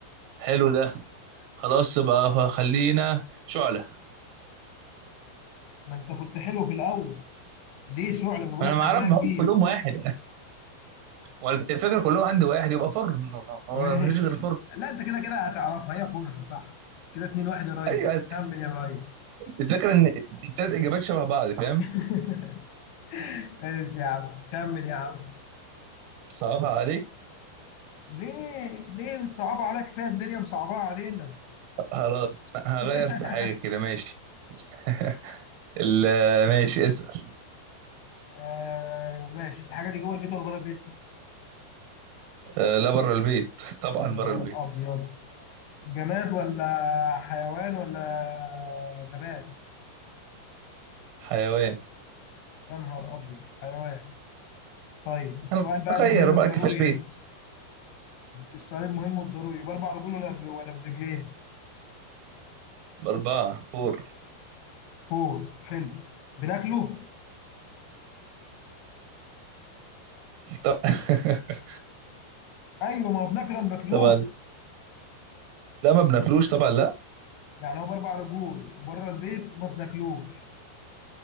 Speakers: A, on the right; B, on the left.
A: حلو ده خلاص بقى فخلينا شعله
B: ما انت كنت حلو في الاول ليه شعل ما بقول
A: ما
B: لك
A: انا
B: حجمها
A: ما اعرف بحط
B: كبير
A: كلهم واحد والفكره كلهم عندي واحد يبقى فرن ما هو
B: ماشي
A: مفيش غير فرن
B: لا انت كده كده هتعرفها هي فرن صح كده اتنين واحد يا ريس
A: <laughs> ايوه
B: خمن يا ريس
A: الفكره ان الثلاث اجابات شبه بعض فاهم
B: <laughs> ايش يا عم خمن يا عم
A: صعبها عليك
B: ليه ليه متصعبة عليك كفاية الدنيا مصعبة علينا
A: خلاص هغير
B: <laughs>
A: في حاجة كده ماشي <laughs> ال- ماشي اسأل
B: آه ماشي الحاجة دي جوه البيت ولا بره البيت
A: آه، لا بره البيت طبعا
B: يا نهار
A: بره البيت
B: ابيض جماد ولا حيوان ولا نبات
A: حيوان
B: يا نهار ابيض حيوان طيب السؤال
A: انا
B: بقى
A: اغير
B: المهم
A: بقى
B: الضروري
A: كفاية البيت
B: هنا السؤال المهم والضروري باربع رجول ولا ب- ولا برجلين
A: أربعة فور
B: فور حلو بناكله
A: طب- <laughs>
B: ايوه ما هو بناكله ما بناكلوش
A: طبعا لا ما بناكلوش طبعا لا
B: يعني هو باربع رجول وبره البيت وما بناكلوش